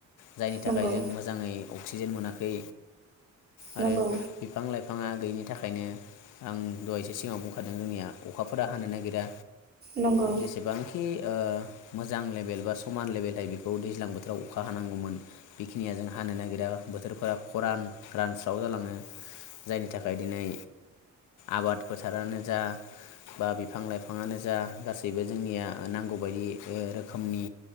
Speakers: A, on the left; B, on the right.
A: जायनि थाखाय
B: नंगौ
A: जों मोजाङै अक्सिजेन मोना खै। आरो
B: नंगौ
A: बिफां लाइफाङा गैयिनि था खायनो आं दहायसो सिगाङाव बुं खादों जोंनिया अखाफोरा हानो नागिरा।
B: नंगौ
A: जेसेबांखि ओ मोजां लेबेल बा समान लेबेलहाय बेखौ दैज्लां बोथोराव अखा हानांगौमोन बिखिनिया जों हानो नागिरा बोथोरफोरा खरान रानस्राव जालाङो जायनि थाखाय दिनै आबाद फोथारानो जा बा बिफां लाइफाङानो जा गासैबो जोंनिया नांगौ बायदि ओ रोखोमनि